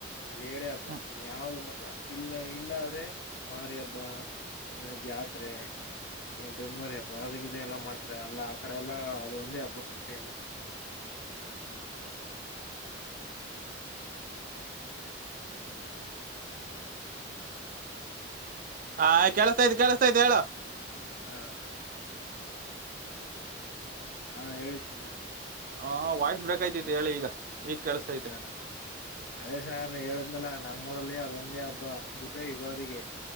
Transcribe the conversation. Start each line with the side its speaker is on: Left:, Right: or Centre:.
Left: ಅವೆರಡೆ ಹಬ್ಬ
Right: ಹ್ಮ್
Left: ಇನ್ ಯಾವ್ದು ಇಲ್ಲ ಇಲ್ಲಾದ್ರೆ ಮಾರಿಹಬ್ಬ ಅಮೇಲ್ ಜಾತ್ರೆ ಆ ದಂಡ್ಮರಿ ಹಬ್ಬ ಬಾವಿ ಗಿವಿ ಎಲ್ಲಾ ಮಾಡ್ತಾರೆ ಅಲ್ಲ ಆ ಕಡೆ ಎಲ್ಲ ಅದು ಒಂದೇ ಹಬ್ಬ ಪೇಮಸ್
Right: ಹಾ ಕೇಳಸ್ತಯಿದೆ ಕೆೇಳಸ್ತಯಿದೆ ಹೇಳು
Left: ಹಾ ಹಾ ಹೇಳಿ ಸರ್ ಹೇಳಿ
Right: ಹ ವಾಯ್ಸ್ ಬ್ರೇಕ್ ಐತೆತೆ ಹೇಳಿ ಈಗ ಈಗ ಕೇಳಸ್ತೈತೆ
Left: ಹ ಅದೇ ಸಾರ್ ನಾನ್ ಹೇಳಿದ್ನಲ್ಲ ನಮ್ಮ್ ನಮ್ಮೂರಲ್ಲಿ ಅದೊಂದೇ ಹಬ್ಬ ಬೂಟ್ರೆ ಯುಗಾದಿಗೆ